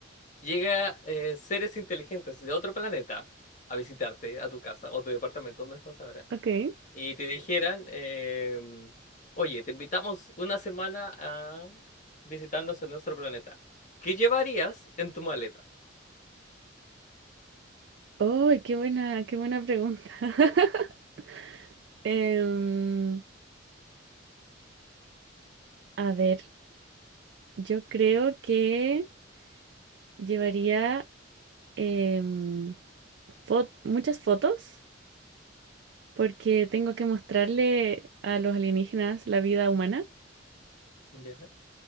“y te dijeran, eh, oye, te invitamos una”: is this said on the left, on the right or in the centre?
Left